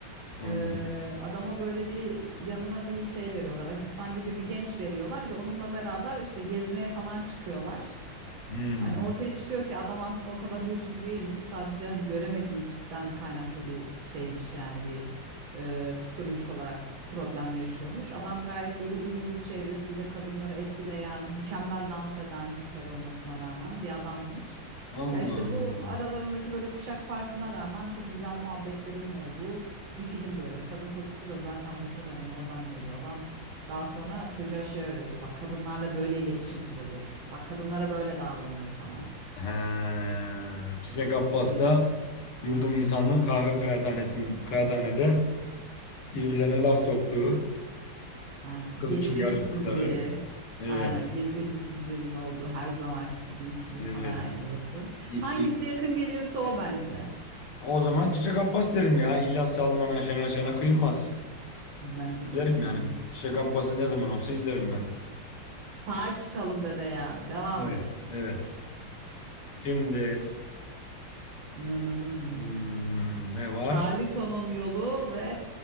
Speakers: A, on the left (about 90°); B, on the right (about 65°).
A: Hmm.
B: Ee, adama böyle bir yanına bir şey veriyorlar. Asistan gibi bir genç veriyorlar ve onunla beraber işte gezmeye falan çıkıyorlar.
A: Hmm.
B: Hani ortaya çıkıyor ki adam aslında o kadar huysuz değilmiş. Sadece hani göremediği içten kaynaklı bir şeymiş yani bir e, psikolojik olarak problem yaşıyormuş. Adam gayet böyle uyumlu çevresiyle kadınları etkileyen, mükemmel dans eden kör olmasına rağmen bir adammış.
A: Allah'ım.
B: Ya işte bu aralarındaki böyle kuşak farkına rağmen çok güzel muhabbetlerinin olduğu bir film böyle. Kadın kokusu da zaten muhtemelen oradan geliyor. Adam daha sonra çocuğa şey öğretiyor. Bak kadınlarla böyle iletişim kurulur. Bak kadınlara böyle davranılır falan.
A: He. Çiçek Abbas
B: İzlemiş
A: da
B: mi?
A: yurdum insanının kahve kıraathanesin, kıraathanede birbirlerine laf soktuğu,
B: Aynen.
A: kız
B: Gelir
A: için
B: eşitsizliği.
A: yarıştıkları. Evet.
B: Aynen. Gelir eşitsizliğinin olduğu her zamanki gibi ülkemin
A: Evet.
B: kanayan yarası.
A: İ-
B: Hangisi
A: i-
B: yakın geliyorsa o bence.
A: O zaman Çiçek Abbas derim ya. İlyas Salman'a, Şener Şen'e kıyılmaz.
B: Bence
A: Derim
B: de kıyılmaz.
A: yani. Çiçek Abbas'ı ne zaman olsa izlerim ben.
B: Sahip çıkalım dede ya. Devam
A: Evet.
B: et.
A: Evet. Şimdi
B: Nınınının.
A: hmm, ne var?
B: Carlito'nun yolu ve